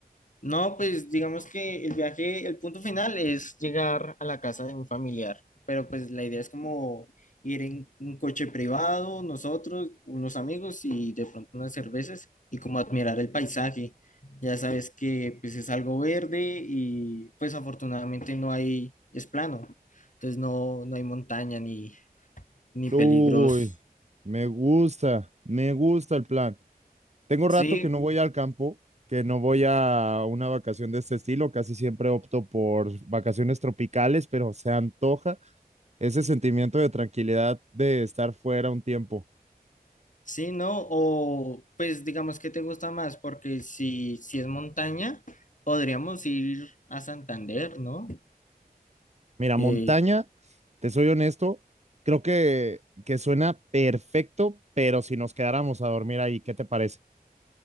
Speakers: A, on the left; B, on the right.
A: No, pues digamos que el viaje, el punto final es llegar a la casa de un familiar, pero pues la idea es como ir en un coche privado, nosotros, unos amigos y de pronto unas cervezas y como admirar el paisaje. Ya sabes que pues es algo verde y pues afortunadamente no hay, es plano, entonces no, no hay montaña ni, ni
B: Uy,
A: peligros,
B: me gusta, me gusta el plan. Tengo
A: sí,
B: rato que no voy al campo, que no voy a una vacación de este estilo, casi siempre opto por vacaciones tropicales, pero se antoja ese sentimiento de tranquilidad de estar fuera un tiempo.
A: Sí, ¿no? O pues digamos que te gusta más, porque si, si es montaña, podríamos ir a Santander, ¿no?
B: Mira,
A: Eh,
B: montaña, te soy honesto, creo que, que suena perfecto, pero si nos quedáramos a dormir ahí, ¿qué te parece?